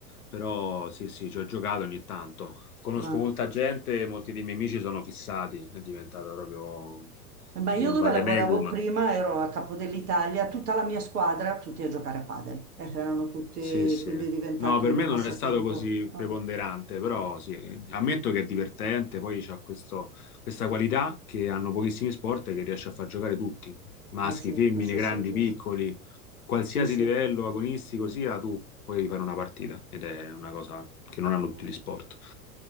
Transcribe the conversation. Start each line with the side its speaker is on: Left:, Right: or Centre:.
Left: però sì, sì, ci ho giocato ogni tanto. Conosco
Right: ma,
Left: molta gente, molti dei miei amici sono fissati, è diventato proprio
Right: eh, ma io
Left: un
Right: dove
Left: vademecum.
Right: lavoravo prima ero a Capo dell'Italia, tutta la mia squadra, tutti a giocare a padel. Eh, erano tutti,
Left: Sì, sì.
Right: quindi è diventato
Left: No, per
Right: il
Left: me
Right: passatempo.
Left: non è stato così
Right: Ah,
Left: preponderante, però sì, eh, ammetto
Right: mm.
Left: che è divertente, poi c'ha questo- questa qualità che hanno pochissimi sport e che riesce a far giocare tutti, maschi,
Right: Eh sì,
Left: femmine,
Right: questo
Left: grandi,
Right: sì, è vero.
Left: piccoli, qualsiasi
Right: Sì, sì.
Left: livello agonistico sia, tu puoi fare una partita ed è una cosa che non hanno
Right: Ah.
Left: tutti gli sport.